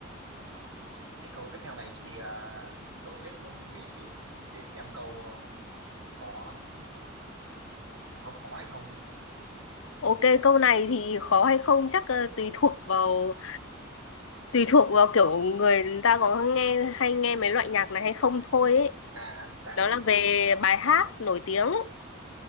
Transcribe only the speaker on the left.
Ok, câu này thì khó hay không chắc ờ, tùy thuộc vào tùy thuộc vào kiểu người ta có nghe hay nghe mấy loại nhạc này hay không thôi ấy.
Đó là
về bài hát nổi tiếng